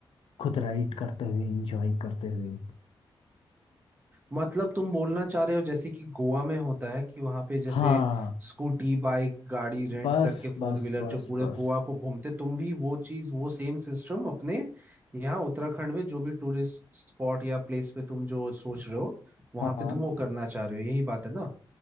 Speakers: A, on the left (about 80°); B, on the right (about 20°).
A: खुद राइड करते हुए इंजॉय करते हुए
B: मतलब तुम बोलना चाह रहे हो जैसे कि गोवा में होता है कि वहां पे जैसे
A: हाँ
B: स्कूटी बाइक गाड़ी रेंट
A: बस
B: करके फोर
A: बस
B: व्हीलर
A: बस
B: जो पूरे
A: बस
B: गोवा को घूमते तुम भी वो चीज वो सेम सिस्टम अपने यहाँ उत्तराखंड में जो भी टूरिस्ट स्पॉट या प्लेस पे तुम जो सोच रहे हो वहां
A: हाँ
B: पे तुम वो करना चाह रहे हो यही बात है ना